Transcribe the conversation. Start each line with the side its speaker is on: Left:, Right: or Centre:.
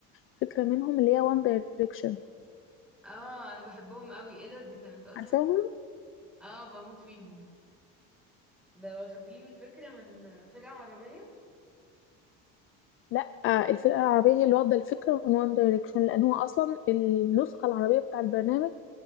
Left: الفكرة منهم اللي هي وان دايركشن
Centre: اه انا بحبهم قوي ايه ده دي كانت اصلا
Left: عارفاهم؟
Centre: اه بموت فيهم ده واخدين الفكرة من فرقة عربية
Left: لا الفرقة العربية هي اللي واخدة الفكرة من وان دايركشن لأن هو أصلا النسخة العربية بتاع البرنامج